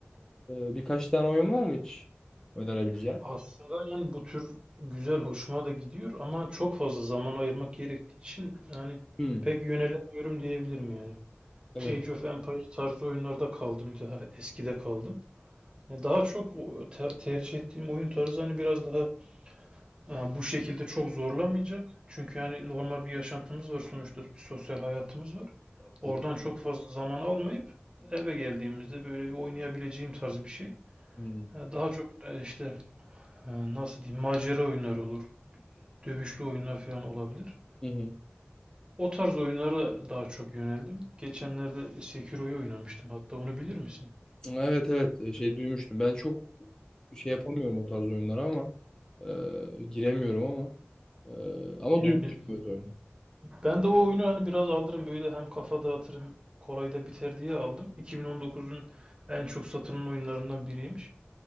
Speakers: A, on the left (about 15°); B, on the right (about 25°).
A: e, birkaç tane oyun var mı hiç önerebileceğin?
B: Aslında yani bu tür güzel hoşuma da gidiyor ama çok fazla zaman ayırmak gerektiği için yani
A: Hmm,
B: pek yönelemiyorum diyebilirim yani.
A: evet
B: Age of Empires tarzı oyunlarda kaldım daha eskide kaldım. Yani daha çok o te- tercih ettiğim oyun tarzı hani biraz daha Ee, Bu şekilde çok zorlamayacak. Çünkü yani normal bir yaşantımız var sonuçta bir sosyal hayatımız var.
A: tabii.
B: Oradan çok fazla zaman almayıp eve geldiğimizde böyle bir oynayabileceğim tarz bir şey.
A: Hmm,
B: Ee, Daha çok e, işte e, nasıl diyeyim macera oyunları olur. Dövüşlü oyunlar falan olabilir.
A: Hı hı.
B: O tarz oyunlara daha çok yöneldim. Geçenlerde Sekiro'yu oynamıştım. Hatta onu bilir misin?
A: Evet evet e, şey duymuştum. Ben çok şey yapamıyorum o tarz oyunlara ama e, giremiyorum ama. Ee, ama
B: Yani
A: duymuştum evet oyunu.
B: Ben de o oyunu hani biraz alırım böyle hem kafa dağıtırım kolay da biter diye aldım. 2019'un en çok satılan oyunlarından biriymiş.